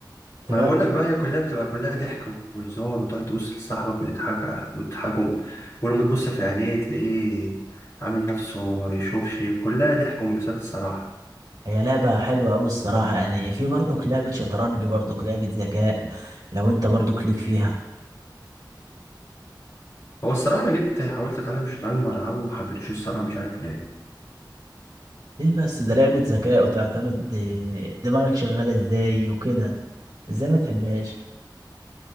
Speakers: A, on the right; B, on the left.
A: انت
B: ما انا
A: فاهم
B: بقول لك بقى هي كلها بتبقى كلها ضحك وهزار وتقعد تبص لصاحبك وتضحك ع- وتضحكهم ولما تبص في عينيه تلاقيه عامل نفسه ما بيشوفش كلها ضحك وانبساط الصراحة
A: هي لعبة حلوة أوي الصراحة يعني في برضك لعبة شطرنج برضك لعبة ذكاء لو أنت برضك ليك فيها
B: هو الصراحة انا جيت حاولت اتعلم الشطرنج والعبه وما حبيتش الصراحة مش عارف ليه
A: ليه بس ده لعبة ذكاء وتعتمد آه، دماغك شغالة ازاي وكده ازاي ما تحبهاش